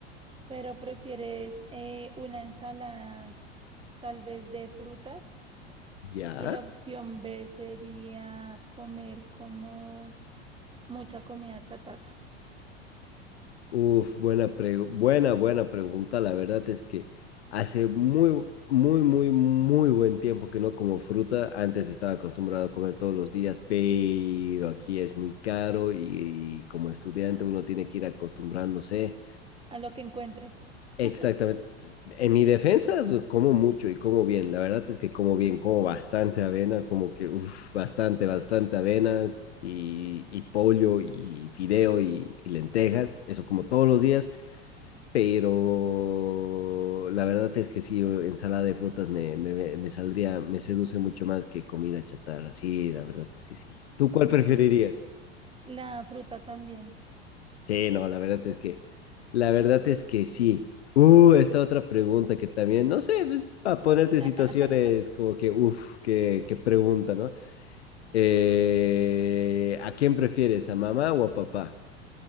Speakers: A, on the right; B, on the left.
A: pero prefieres eh, una ensalada tal vez de frutas
B: ¿Ya?
A: y la opción B sería comer como mucha comida chatarra,
B: Uf, buena pre- buena, buena pregunta. La verdad es que hace muy, muy, muy, muy buen tiempo que no como fruta. Antes estaba acostumbrado a comer todos los días, pero aquí es muy caro y, y como estudiante uno tiene que ir acostumbrándose.
A: a lo que encuentres.
B: Exactamente.
A: <laughs>
B: En mi defensa, pues, como mucho y como bien. La verdad es que como bien, como bastante avena, como que uf, bastante, bastante avena y, y pollo y fideo y, y lentejas, eso como todos los días. Pero la verdad es que sí, ensalada de frutas me, me, me- me saldría, me seduce mucho más que comida chatarra. Sí, la verdad es que sí. ¿Tú cuál
A: Mm,
B: preferirías?
A: Sí, la fruta también.
B: Sí, no, la verdad es que, la verdad es que sí. Uh, esta otra pregunta que también, no sé, pues, para ponerte en
A: <laughs>
B: situaciones como que, uff, qué, qué pregunta, ¿no? Eh, ¿a quién prefieres, a mamá o a papá?